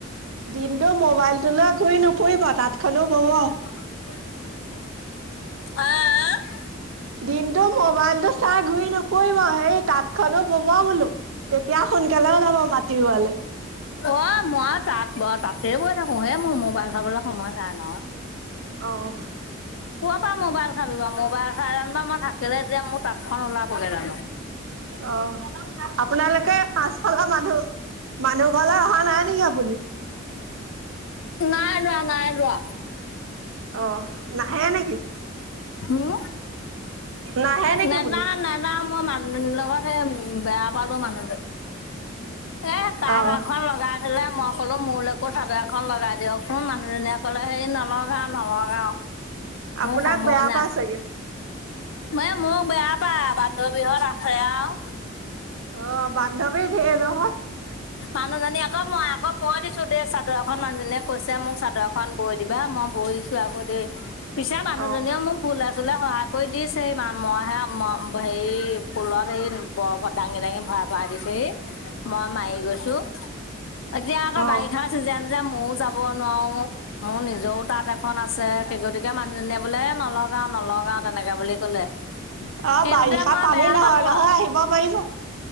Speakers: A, on the right (about 80°); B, on the left (about 80°).
A: দিনটো মোবাইলটোলৈ গৈ নুফুৰিব তাঁতখননো বোব।
B: অহ।
A: দিনটো মোবাইলতটো চাই ঘূৰি নুফুৰিব সেই তাঁতখনো বোৱা বোলো। তেতিয়া সোনকালে ওলাব মাটি ৰোৱালে।
B: অ', মই তাঁত ব তাঁতে বৈ থাকো হে মোৰ মোবাইল চাবলৈ সময় নাই ন।
A: অ'।
B: ক'ৰ পৰা মোবাইল চাবি বাৰু মোবাইল চাই জানো মই থাকিলে এতিয়া মোৰ তাঁতখন ওলাবগে জানো?
A: অ', আপোনালোকে পাচঁশ ঘৰ মানুহ মানুহ ঘৰলৈ অহা নাই নেকি আপুনি?
B: নাই ৰোৱা নাই ৰোৱা।
A: অ'। নাহে নেকি
B: হম
A: নাহে নেকি
B: নেযাওঁ
A: বোলো?
B: মই মানুহ লগত হে উম বেয়া পালো মানুহজনীক। এ তাতঁ
A: অ
B: এখন লগা হ'লে মই ক'লো মোলৈকো চাদৰ এখন লগাই দিয়কচোন। মানুহজনীয়ে ক'লে হেই নলগাওঁ নলগাওঁ।
A: আপোনাক
B: মোৰ সময়
A: বেয়া
B: নাই।
A: পাই চাগে
B: এ মোক বেয়া পায় বান্ধবীহঁত আছে আৰু।
A: অ', বন্ধৱী ধেৰ নহয়।
B: মানুহজনী আকৌ মই আকৌ মই দিছো দেই। চাদৰ এখন মানুহজনীয়ে কৈছে মোক চাদৰ খন বৈ দিবা মই বৈ দিছো আকৌ দেই। পিছে মানুহজনীয়েও
A: অ
B: মোক ফুলে চুলে সহায় কৰি দিছে। মইহে হেৰি ফুলত হেৰি বৰবোৰ দাঙি দাঙি ভৰা ভৰাই দিছেহি। মই মাৰি গৈছো। এতিয়া আকৌ
A: অ
B: বাৰিষাৰ চিজন যে মইও যাব নোৱাৰো। মোৰ নিজৰও তাঁত এখন আছে সেই গতিকে মানুহজনীয়ে বোলে নলগাওঁ নলগাওঁ তেনেকে বুলি ক'লে।
A: অ',
B: সেইটোতে
A: বাৰিষাত
B: মই
A: পানী
B: বেয়া
A: নহয়
B: পালো
A: নহয়
B: আৰু
A: আহিব পাৰিব।